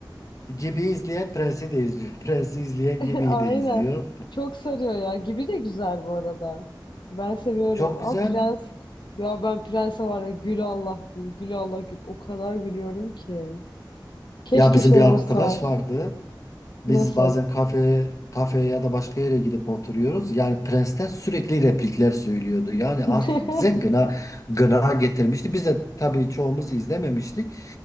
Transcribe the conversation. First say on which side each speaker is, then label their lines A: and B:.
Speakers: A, on the left; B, on the left.
A: Gibi izleyen Prens'i de izliyor. <laughs> Prens'i izleyen
B: <laughs>
A: Gibi'yi
B: aynen.
A: de izliyor.
B: Çok sarıyor ya. Gibi de güzel bu arada. Ben seviyorum
A: Çok güzel.
B: ama Prens ya ben Prens'e var ya gül Allah gül gül Allah gül. O kadar gülüyorum ki. Keşke
A: Ya bizim
B: şey
A: bir arkadaş
B: olsa.
A: vardı. Biz
B: Nasıl?
A: bazen kafeye, kafeye ya da başka yere gidip oturuyoruz. Yani Prens'ten sürekli replikler söylüyordu. Yani artık
B: <laughs>
A: bize gına gına getirmişti. Biz de tabii çoğumuz izlememiştik.